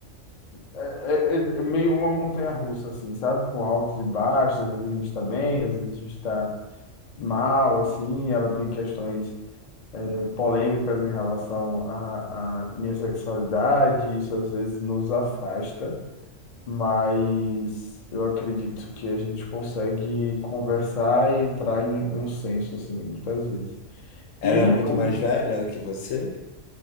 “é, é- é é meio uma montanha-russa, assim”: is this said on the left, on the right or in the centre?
Left